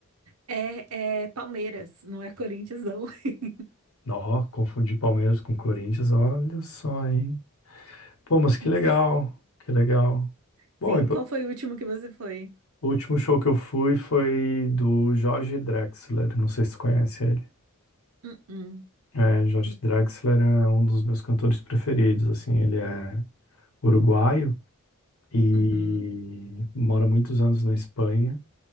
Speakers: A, on the right; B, on the left.
A: é, é Palmeiras, não é Corinthians, não. <laughs>
B: Ó, confundi Palmeiras com Corinthians, olha só, hein? Pô, mas que
A: Não
B: legal,
A: sei.
B: que legal. Bom,
A: Sim,
B: e po-
A: qual foi o último que você foi?
B: o último show que eu fui foi do Jorge Drexler, não sei se tu conhece ele.
A: Uh-uh,
B: É, Jorge
A: uh-uh,
B: Drexler é um dos meus cantores preferidos, assim, ele é uruguaio, e
A: uhum.
B: mora muitos anos na Espanha.